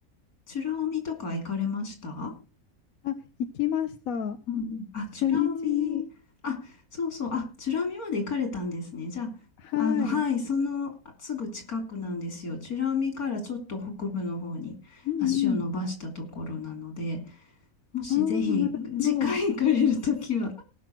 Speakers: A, on the left; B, on the left.
A: 美ら海とか行かれました
B: あ、行きました。
A: うんうん。あ、
B: 初日に、
A: 美ら海、あ、そうそう。あ、美ら海まで行かれたんですね。じゃあ、
B: はい。
A: あの、はい、そのすぐ近くなんですよ。美ら海からちょっと北部の方に足を伸ばしたところなので、
B: うんうん。
A: もしぜひ次回行かれるときは、
B: ああ、なるほど。